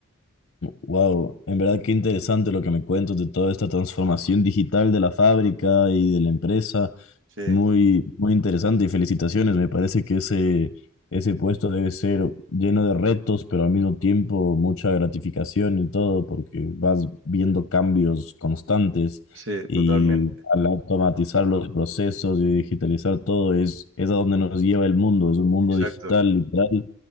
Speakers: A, on the left; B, on the right.
A: Wow, en verdad qué interesante lo que me cuentas de toda esta transformación digital de la fábrica y de la empresa.
B: Sí,
A: Muy, muy interesante y felicitaciones. Me parece que ese, ese puesto debe ser lleno de retos, pero al mismo tiempo mucha gratificación y todo, porque vas viendo cambios constantes
B: sí,
A: y
B: totalmente.
A: al automatizar los procesos y digitalizar todo es, es a donde nos lleva el mundo. Es un mundo
B: Exacto.
A: digital, literal